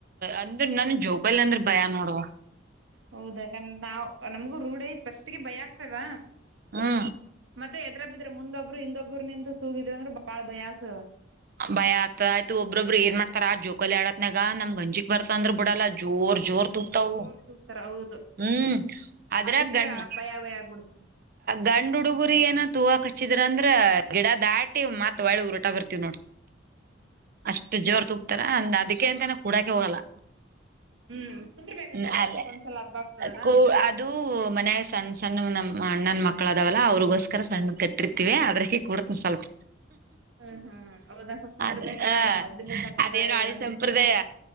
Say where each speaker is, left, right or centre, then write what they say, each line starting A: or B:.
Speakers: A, on the right (about 50°); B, on the right (about 85°).
A: ಅಂದ್ರ ನನ್ ಜೋಕಾಲಿ ಅಂದ್ರ ಭಯ ನೋಡುವ
B: ಹೌದಕಂದ ನಾ್ ನಮಗೂ ರೂಢ ಐತ್ ಫಸ್ಟ್ಗೆ ಭಯ ಆಗ್ತದ
A: ಹಾ
B: ಮತ್ತೆ ಎದ್ರ ಬಿದ್ರೆ ಮುಂದೊಬ್ರು ಇೊಬ್ಬರು ನಿಂತ ತೂಗಿದ್ರಂದ್ರ ಬಾಳ ಭಯ ಆಗ್ತವ
A: ಭಯ ಆಗ್ತಾ ಆಯ್ತು ಒಬ್ಬೊಬ್ರು ಏನ್ ಮಾಡ್ತಾರ ಆ ಜೋಕೋಲಿ ಆಡದನಾಗ ನಮ್ ಗಂಜಿಕ್ ಬರ್ತಂದ್ರ ಬಿಡಲ್ಲ ಜೋರ್ ಜೋರ್ ತೂಕ್ತಾವ
B: ಜೋರ್ ತೂಗ್ತಾರ ಹೌದು
A: ಹ್ಮ್ ಅದ್ರಾಗ
B: ಅದಕ್ಕೆ
A: ಗಂಡ
B: ಭಯ ಭಯ ಆಗ್ಬಿಡ್ತದ
A: ಗಂಡ್ ಹುಡುಗುರಿಗೆ ಏನ ತೂ ಕಚ್ಚಿದ್ರ ಅಂದ್ರ ಗಿಡ ದಾಟಿ ಮತ್ ಒಳ್ಳೆ ಉಊರಟ ಬರ್ತವ್ ನೋಡ ಅಷ್ಟ ಜೋರ್ ತುಕ್ತಾರ ಅಂದ ಅದಕ್ಕೆ ಅಂತನ ಕೂಡಕೆ ಹೋಗಲ್ಲ
B: ಹ್ಮ್ ಕುಂದರ್ಬೇಕಕ್ಕ
A: ಹ್ಮ
B: ವರ್ಷಕ್
A: ಅಲ್ಲ
B: ಒಂದ್ಸಲ ಹಬ್ಬ ಆಗ್ತದಲ್ಲ
A: ಕೂ ಅದುೂ ಮನ್ಯಾಗ ಸಣ್ಣ ಸಣ್ಣ ನಮ ಅಣ್ಣನ್ ಮಕ್ಕಳ ಅದಾವಲ್ಲ ಅವ್ರಿಗೋಸ್ಕರ ಸಣ್ಣ ಕಟ್ಟಿರ್ತಿೀವಿ ಆದ್ರೆ ಹ ಕೊಡ್ತನ ಸ್ವಲ್ಪ
B: ಹ್ಮ್ ಹ್ಮ್ ಹೌದಕ್ಕ ಕುಂದರ್ಬೇಕಂತಾರ
A: ಆದ್ರೆ ಹ
B: ಅದ್ ಮೊದ್ಲಿಂದ ಸಂಪ್ರದಾಯ
A: ಅದೇನು ಹಳಿ
B: ಇಲ್ಲಾಂದ್ರ
A: ಸಂಪ್ರದಾಯ